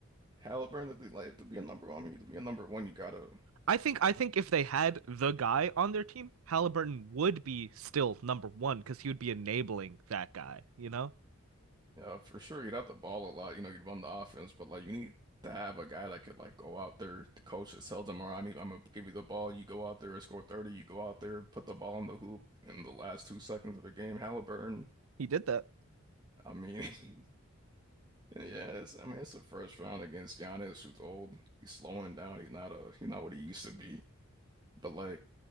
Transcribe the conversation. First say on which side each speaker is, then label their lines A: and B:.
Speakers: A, on the right; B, on the right.
A: Halliburton, that they like to be a number one, I mean, to be a number one, you gotta,
B: I think I think if they had the guy on their team, Halliburton would be still number one because he would be enabling that guy. You know,
A: uh, for sure, you'd have the ball a lot. You know, you'd run the offense, but like you need to have a guy that could like go out there. The coach that tells them. "All right, I need, I'm gonna give you the ball. You go out there and score 30. You go out there, put the ball in the hoop in the last two seconds of a game." Halliburton,
B: he did that.
A: I mean, <laughs> yeah, it's, I mean, it's the first round against Giannis, who's old. He's slowing down. He's not a, he's not what he used to be. But like,